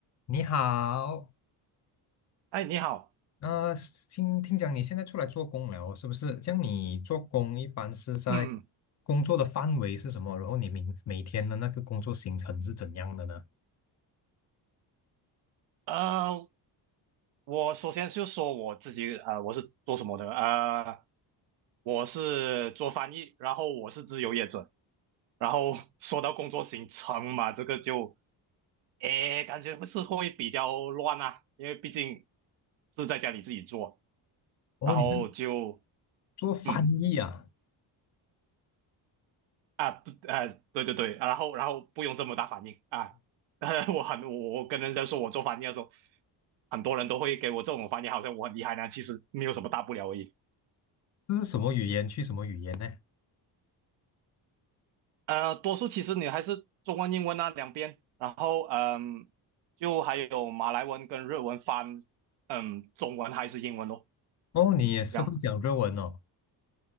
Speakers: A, on the left; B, on the right.
A: 你好，
B: 哎，你好，
A: 呃，听听讲你现在出来做工了哦是不是？像你做工一般是在
B: 嗯，
A: 工作的范围是什么？然后你明每天的那个工作行程是怎样的呢？
B: 呃，我首先就说我自己，呃，我是做什么的？呃，我是做翻译，然后我是自由业者，然后 <laughs> 说到工作行程嘛，这个就，诶，感觉是会比较乱啊，因为毕竟是在家里自己做，
A: 哦，
B: 然后就，
A: 你是做翻译啊？
B: 嗯。啊，对啊，对对对，啊然后然后不用这么大反应啊，<laughs> 我很我我跟人家说我做翻译的时候，很多人都会给我这种反应，好像我很厉害呢，其实没有什么大不了而已。
A: 这是什么语言去什么语言呢？
B: 呃，多数其实你还是中文英文啊两边，然后嗯，就还有马来文跟日文翻，嗯，中文还是英文咯，
A: 哦，你也是会讲日文哦。
B: 这样